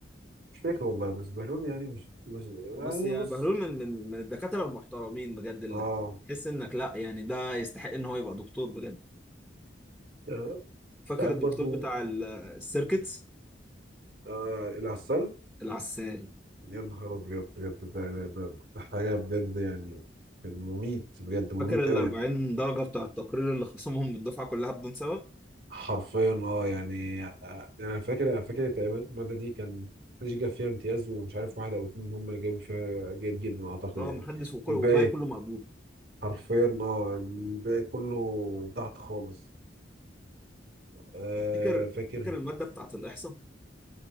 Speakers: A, on the right (about 55°); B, in the centre.
A: مش فاكر والله بس بهلول يعني مش, مش يعني
B: بس يعني
A: بص
B: بهلول من من من الدكاترة المحترمين بجد اللي
A: اه
B: تحس انك لا يعني ده يستحق ان هو يبقى دكتور بجد
A: يعني
B: فاكر
A: انت عارف
B: الدكتور
A: برضو
B: بتاع ال- السيركتس
A: آه، العسل
B: العسال
A: يا نهار ابيض بجد ده, ده, ده, ده حاجه بجد يعني كان مميت بجد مميت
B: فاكر ال
A: قوي
B: 40 درجة بتاع التقرير اللي خصمهم من الدفعة كلها بدون سبب؟
A: حرفيا اه يعني آه، انا فاكر انا فاكر تقريبا الماده دي كان محدش جاب فيها امتياز ومش عارف واحد او اتنين هم اللي جابوا فيها جيد جدا اعتقد
B: اه
A: يعني
B: محدش وكل
A: الباقي
B: والباقي كله مقبول
A: حرفيا اه الباقي كله تحت خالص آه
B: تفتكر
A: فاكر
B: فاكر المادة بتاعة الإحصاء